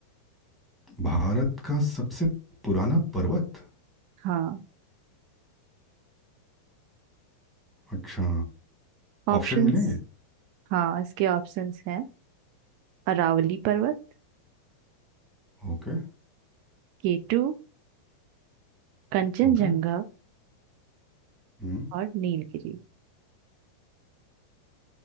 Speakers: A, in the centre; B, on the right (about 45°).
A: भारत का सबसे पुराना पर्वत
B: हाँ
A: अच्छा
B: ऑप्शंस
A: ऑप्शन मिलेंगे
B: हाँ इसके ऑप्शंस हैं अरावली पर्वत
A: ओके
B: केटू कंचनजंगा
A: ओके हम्म
B: और नीलगिरी